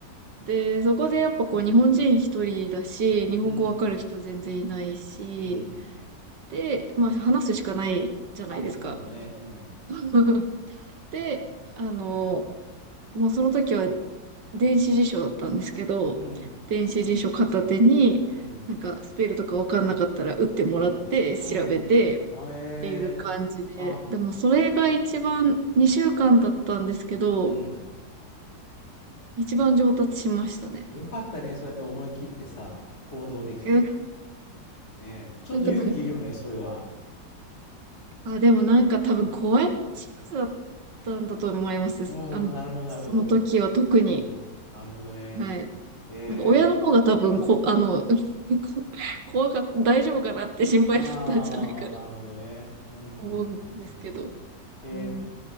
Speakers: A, on the right; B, on the left.
A: で、そこでやっぱこう日本人一人だし、日本語わかる人全然いないし、
B: うん、うん。
A: で、まあ話すしかないじゃないですか。
B: あ、そうだね。うん、
A: <laughs> で、あの、もうその時は電子辞書だったんですけど、
B: うん、
A: 電子辞書片手に、
B: うん、
A: なんかスペルとかわかんなかったら打ってもらって調べて
B: うん、うん。あ、えー、
A: っていう感じで、
B: あ、
A: でもそれが一番2週間だったんですけど、
B: うん。
A: 一番上達しましたね。
B: よかったね。そうやって思い切ってさ、行動できて。
A: え、
B: ねえ、ちょっと勇気いるよね、
A: なんか、
B: それは。
A: あ、でもなんか多分怖いシリーズだったんだと思います。
B: うん、
A: あの、
B: なるほど、
A: その時は特に。
B: なるほど。うん、なるほどね。
A: はい。
B: へ
A: なんか親の方が多分こ、
B: え
A: あの、<laughs> こ怖かった、大丈夫かなって心配だったんじゃないかな
B: ああー、なるほどね。うん、
A: と思うんですけど。
B: うん、うんうんうんへ
A: うん。